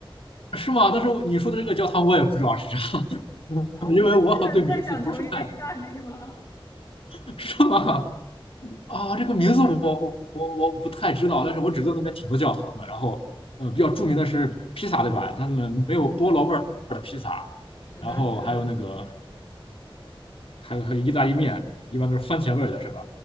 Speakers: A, on the left; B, on the left.
A: 是吗？但是你说的这个教堂我也不知道是啥，<laughs>
B: 我们真的的，
A: 因为我好像对名字不是太
B: 的，在讲同一个意大利吗？
A: <laughs> 是吗？啊，这个名字我我不太知道，但是我只知道那边挺多教堂的。然后，呃，比较著名的是披萨，对吧？他们没有菠萝味儿的披萨，
B: <laughs> 对，是是
A: 然后还有那个，还有还有意大利面，一般都是番茄味儿的，是吧？